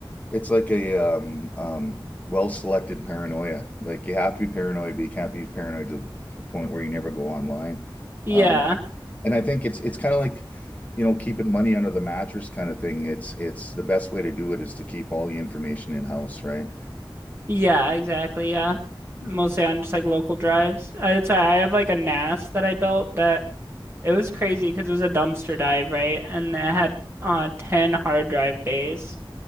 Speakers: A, on the left; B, on the right.
A: it's like a um um well-selected paranoia. Like you have to be paranoid, but you can't be paranoid to the point where you never go online.
B: Yeah.
A: Um, And I think it's it's kind of like, you know, keeping money under the mattress kind of thing. It's it's the best way to do it is to keep all the information in-house, right?
B: Yeah, exactly. Yeah. Mostly on just like local drives. I, it's, I have like a NAS that I built that it was crazy because it was a dumpster dive, right? And it had uh 10 hard drive bays